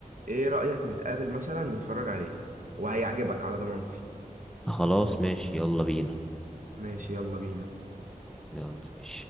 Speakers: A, on the right; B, in the centre.
A: ايه رأيك نتقابل مثلا نتفرج عليه وهيعجبك على ضمانتي
B: خلاص ماشي يلا بينا
A: ماشي يلا بينا
B: يلا بينا